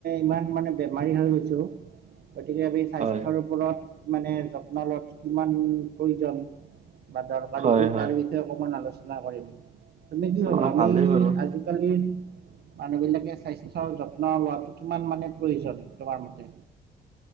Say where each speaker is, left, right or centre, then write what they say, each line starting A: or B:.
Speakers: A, on the right; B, on the right.
A: ইমান মানে বেমাৰী হৈ গৈছো গতিকে আমি স্বাস্থ্যৰ
B: হয়
A: ওপৰত মানে যত্ন লোৱাতো কিমান প্ৰয়োজন বা দৰকাৰী
B: হয়
A: সেই
B: হয়
A: তাৰ বিষয়ে অকমান আলোচনা কৰিম তুমি কি ভাবা
B: অ
A: আমি
B: ভালেই বাৰু
A: আজিকালিৰ মানুহ বিলাকে স্বাস্থ্যৰ যত্ন লোৱাটো কিমান মানে প্ৰয়োজন তোমাৰ মতে?